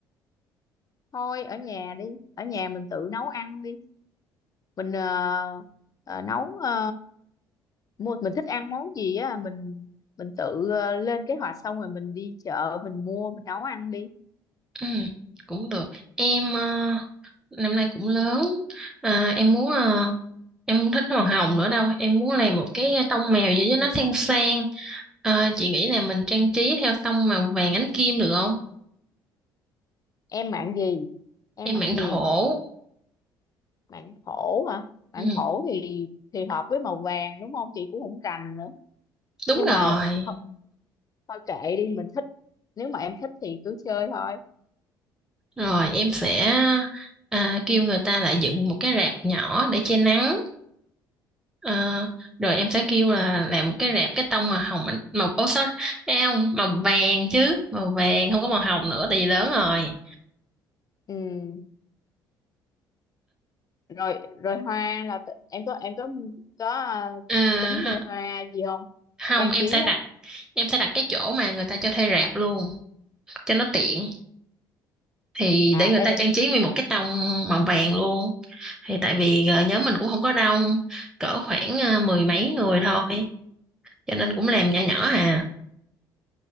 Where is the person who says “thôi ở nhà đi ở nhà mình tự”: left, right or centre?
Left